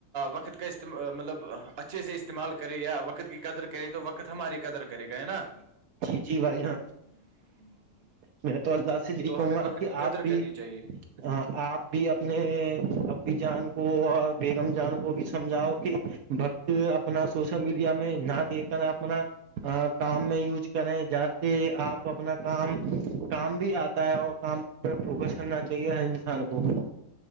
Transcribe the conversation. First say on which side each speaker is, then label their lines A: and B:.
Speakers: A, on the right; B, on the right.
A: وقت کا مطلب اچھے سے استعمال کرے یا وقت کی قدر کرے تو وقت ہماری قدر کرے گ نا
B: جی جی بھائی ہاں
A: <inaudible>
B: میں تو اللہ سے یہی
A: تو
B: کہوں
A: ہمیں
B: گا
A: وقت
B: کہ
A: کی قدر
B: آپ بھی
A: کرنی چاہیے
B: ہ آپ بھی اب نے ابی جان کو اور بیگم جان کو بھی سمجھاؤ کہ بکت اپنا سوشل میڈیا میں نہ دیک کر اپنا کام میں یوز کریں جا کے آپ اپنا کام کام بھی آتا ہے اور کام فوکس کرنا چاہیے ہر انسان کو